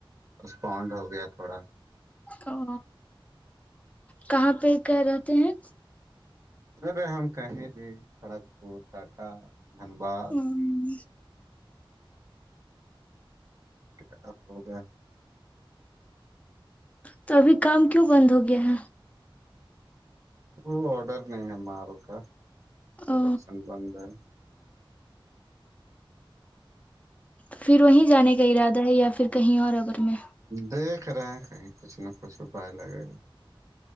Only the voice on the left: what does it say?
او کہاں پہ کہ رہتے ہیں
ہم،
تو ابھی کام کیوں بند ہو گیا ہے
او
پھر وہیں جانے کا ارادہ ہے یا پھر کہیں اور اگر میں